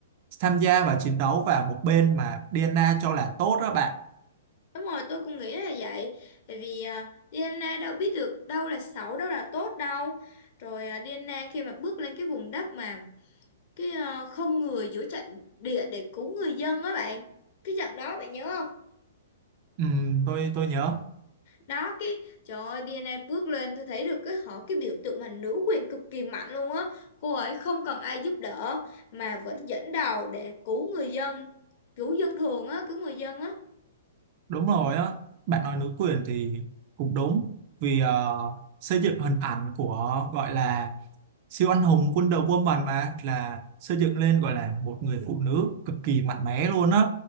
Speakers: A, on the right; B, on the left.
A: tham gia và chiến đấu vào một bên mà Diana cho là tốt đó bạn
B: đúng rồi tôi cũng nghĩ là vậy tại vì uh, DNA đâu biết được đâu là xấu đâu là tốt đâu rồi à, DNA khi mà bước lên cái vùng đất mà cái à, không người giữa trận địa để cứu người dân á bạn cái trận đó bạn nhớ không
A: ừ, tôi tôi nhớ
B: đó cái trời ơi DNA bước lên tôi thấy được cái họ cái biểu tượng mà nữ quyền cực kỳ mạnh luôn á cô ấy không cần ai giúp đỡ mà vẫn dẫn đầu để cứu người dân cứu dân thường á cứu người dân á
A: Đúng rồi á, bạn nói nữ quyền thì cũng đúng vì ờ, xây dựng hình ảnh của gọi là siêu anh hùng Wonder Woman mà là xây dựng lên gọi là một người phụ nữ cực kỳ mạnh mẽ luôn á